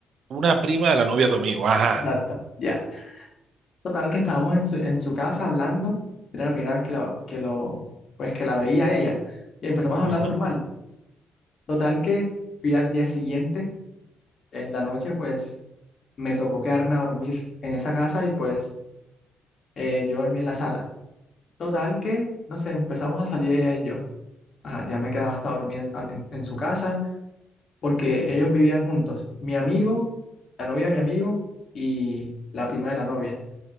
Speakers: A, on the right (about 65°); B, on the left (about 55°).
A: una prima de la novia de tu amigo. Ajá.
B: Exacto, ya. Total, que estábamos en su, en su casa hablando. Era la primera vez que lo, que lo, pues que la veía a ella. Y empezamos a hablar
A: Ujú.
B: normal. Total que fui al día siguiente, en la noche, pues me tocó quedarme a dormir en esa casa y pues eh, yo dormí en la sala. Total que, no sé, empezamos a salir ella y yo. Ajá, ya me quedaba hasta dormir en, en- en su casa porque ellos vivían juntos. Mi amigo, la novia de mi amigo y la prima de la novia,